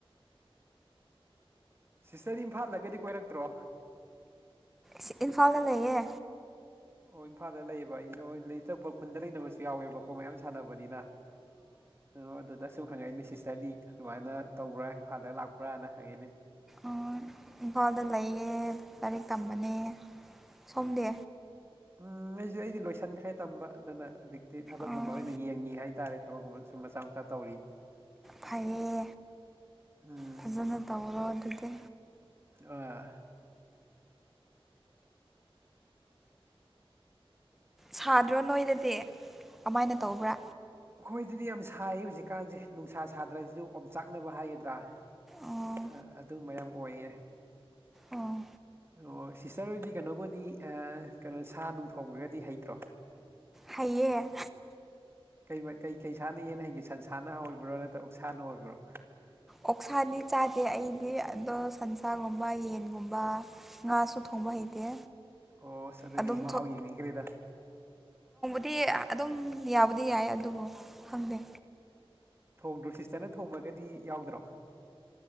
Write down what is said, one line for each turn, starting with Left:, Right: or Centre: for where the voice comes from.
Right: ꯁꯤꯁꯇꯔ ꯏꯝꯐꯥꯜꯗꯒꯗꯤ ꯀꯣꯏꯔꯛꯇ꯭ꯔꯣ
Centre: ꯁꯤ ꯏꯝꯐꯥꯜꯗ ꯂꯩꯌꯦ
Right: ꯑꯣ ꯏꯝꯐꯥꯜꯗ ꯂꯩꯌꯦꯕ ꯑꯩꯗꯤ ꯑꯣ ꯂꯩꯇꯕ ꯈꯨꯟꯗ ꯂꯩꯅꯕꯁꯨ ꯌꯥꯎꯋꯦꯕꯀꯣ ꯃꯌꯥꯝ ꯁꯥꯟꯅꯕꯅꯤꯅ ꯑꯣ ꯑꯗꯨꯗ ꯁꯨꯝ ꯍꯪꯉꯛꯏꯅꯦ ꯁꯤꯁꯇꯔꯗꯤ ꯁꯨꯃꯥꯏꯅ ꯇꯧꯕ꯭ꯔꯥ ꯏꯝꯐꯥꯜꯗ ꯂꯥꯛꯄ꯭ꯔꯥꯅ ꯍꯪꯉꯩꯅꯤ
Centre: ꯑ ꯏꯝꯐꯥꯜꯗ ꯂꯩꯌꯦ ꯂꯥꯏꯔꯤꯛ ꯇꯝꯕꯅꯦ ꯁꯣꯝꯗꯤ
Right: ꯎꯝ ꯑꯩꯖꯨ ꯑꯩꯗꯤ ꯂꯣꯏꯁꯤꯟꯈ꯭ꯔꯦ ꯇꯝꯕ ꯑꯗꯨꯅ ꯍꯧꯖꯤꯛꯇꯤ ꯊꯕꯛꯀꯨꯝꯕ
Centre: ꯑꯣ
Right: ꯑꯣꯏꯅ ꯌꯦꯡꯉꯤ ꯍꯥꯏꯇꯥꯔꯦ ꯊꯕꯛꯀꯨꯝꯕ ꯁꯨꯝ ꯃꯆꯥ ꯃꯆꯥ ꯇꯧꯔꯤ
Centre: ꯐꯩꯌꯦ
Right: ꯎꯝ
Centre: ꯐꯖꯅ ꯇꯧꯔꯣ ꯑꯗꯨꯗꯤ
Right: ꯑꯥ
Centre: ꯁꯥꯗ꯭ꯔꯣ ꯅꯣꯏꯗꯗꯤ ꯀꯃꯥꯏꯅ ꯇꯧꯕ꯭ꯔꯥ
Right: ꯑꯩꯈꯣꯏꯗꯗꯤ ꯌꯥꯝ ꯁꯥꯏꯌꯦ ꯍꯧꯖꯤꯛꯀꯥꯟꯖꯦ ꯅꯨꯡꯁꯥ ꯁꯥꯗ꯭ꯔꯖꯨ ꯑꯣꯝꯆꯥꯛꯅꯕ ꯍꯥꯏꯒꯗ꯭ꯔꯥ ꯑ
Centre: ꯑꯣ
Right: ꯑꯗꯨ ꯃꯌꯥꯝ ꯑꯣꯏꯌꯦ
Centre: ꯑꯣ
Right: ꯑꯣ ꯁꯤꯁꯇꯔ ꯍꯣꯏꯗꯤ ꯀꯩꯅꯣꯕꯨꯗꯤ ꯀꯩꯅꯣꯑꯥꯡ ꯁꯥ ꯅꯨꯡ ꯊꯣꯡꯕꯒꯗꯤ ꯍꯩꯇ꯭ꯔꯣ
Centre: ꯍꯩꯌꯦ
Right: ꯀꯔꯤ ꯃ ꯀꯩ ꯀꯩꯁꯥꯅ ꯍꯦꯟꯅ ꯍꯩꯒꯦ ꯁꯟꯁꯥꯅ ꯍꯣꯏꯕ꯭ꯔꯣ ꯅꯠꯇ꯭ꯔ ꯑꯣꯛꯁꯥꯅ ꯑꯣꯏꯕ꯭ꯔꯣ
Centre: ꯑꯣꯛꯁꯥꯗꯤ ꯆꯥꯗꯦ ꯑꯩꯗꯤ ꯑꯗꯣ ꯁꯟꯁꯥꯒꯨꯝꯕ ꯌꯦꯟꯒꯨꯝꯕ ꯉꯥꯁꯨ ꯊꯣꯡ ꯕ ꯍꯩꯇꯦ
Right: ꯑꯣꯁ ꯑꯗꯨꯗꯤ
Centre: ꯑꯗꯨꯝ
Right: ꯃꯍꯥꯎ ꯌꯦꯡꯅꯤꯡꯒ꯭ꯔꯦꯗ
Centre: ꯐ꯭ꯔꯤ ꯑꯗꯨꯝ ꯌꯥꯕꯨꯗꯤ ꯌꯥꯏ ꯑꯗꯨꯕꯨ ꯈꯪꯗꯦ
Right: ꯊꯣꯡꯗ꯭ꯔꯣ ꯁꯤꯁꯇꯔꯅ ꯊꯣꯡꯕꯒꯗꯤ ꯌꯥꯎꯗ꯭ꯔꯣ